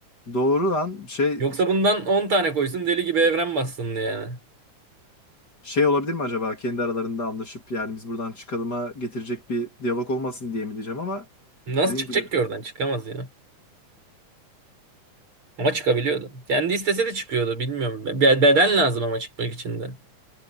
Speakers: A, on the left; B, on the right.
A: Doğru lan şey
B: Yoksa bundan 10 tane koysun deli gibi evren bassın yani.
A: Şey olabilir mi acaba kendi aralarında anlaşıp yani biz buradan çıkalıma getirecek bir diyalog olmasın diye mi diyeceğim ama
B: Nasıl
A: dediğin
B: çıkacak
A: gibi
B: ki oradan? Çıkamaz ya. Ama çıkabiliyordu. Kendi istese de çıkıyordu. Bilmiyorum. Be- Beden lazım ama çıkmak için de.